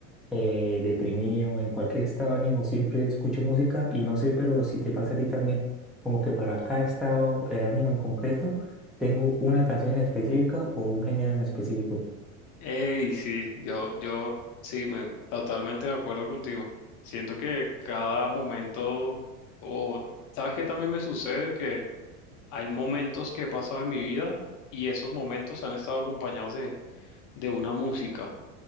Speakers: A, in the centre; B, on the left.
A: eh, deprimido, en cualquier estado de ánimo siempre escucho música y no sé, pero si te pasa a ti también, como que para cada estado de ánimo en concreto, tengo una canción específica o un género en específico.
B: Ey, sí, yo, yo sí, me, totalmente de acuerdo contigo. Siento que cada momento, o sabes que también me sucede que hay momentos que he pasado en mi vida y esos momentos han estado acompañados de, de una música.